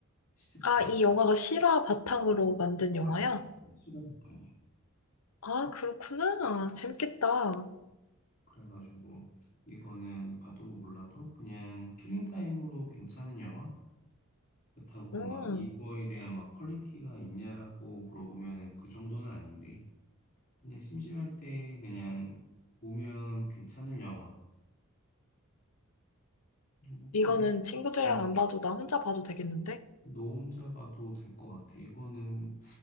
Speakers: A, on the left; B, on the left.
A: 실제
B: 아,
A: 바-
B: 이 영화가 실화 바탕으로 만든 영화야?
A: 맞아 맞아 실화 바탕이야.
B: 아, 그렇구나. 재밌겠다.
A: 그래가지고 이거는 봐도 몰라도 그냥 킬링 타임으로 괜찮은 영화? 그렇다고
B: 음,
A: 막 이거에 대한 막 퀄리티가 있냐라고 물어보면은 그 정도는 아닌데 그냥 심심할 때 그냥 보면 괜찮을 영화. 뭐,
B: 이거는
A: 이 정도
B: 친구들이랑
A: 네.
B: 안 봐도 나 혼자 봐도 되겠는데?
A: 너 혼자 봐도 될 것 같아. 이거는